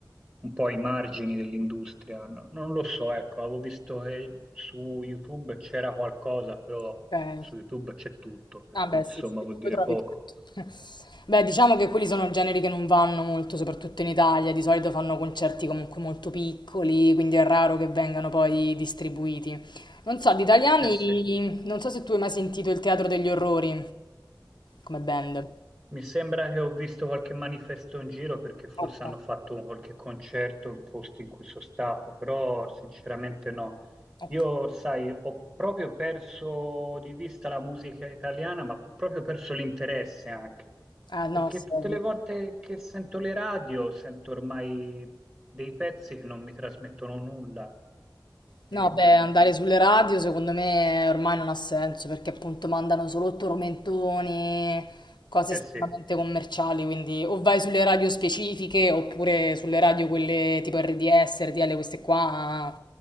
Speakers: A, on the right; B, on the left.
A: un po' ai margini dell'industria, no? Non lo so, ecco, avevo visto che su YouTube c'era qualcosa, però
B: Ok.
A: su YouTube c'è tutto, per
B: Ah,
A: cui
B: beh,
A: insomma
B: sì. Su
A: vuol
B: YouTube
A: dire
B: trovi
A: poco.
B: tutto. <laughs> Beh, diciamo che quelli sono generi che non vanno molto, soprattutto in Italia. Di solito fanno concerti comunque molto piccoli, quindi è raro che vengano poi distribuiti. Non so, di italiani,
A: Eh sì.
B: non so se tu hai mai sentito il Teatro degli Orrori come band.
A: Mi sembra che ho visto qualche manifesto in giro perché forse
B: Ok.
A: hanno fatto un- qualche concerto in posti in cui sono stato, però sinceramente no.
B: Ok.
A: Io, sai, ho proprio perso di vista la musica italiana, ma ho proprio perso l'interesse anche,
B: Ah, no,
A: perché
B: sì,
A: tutte
B: è vero.
A: le volte che sento le radio sento ormai dei pezzi che non mi trasmettono nulla.
B: No,
A: Ehm,
B: beh, andare sulle radio secondo me ormai non ha senso perché appunto mandano solo tormentoni, cose
A: eh
B: estremamente
A: sì,
B: commerciali, quindi o vai sulle radio specifiche oppure sulle radio quelle tipo RDS, RTL, queste qua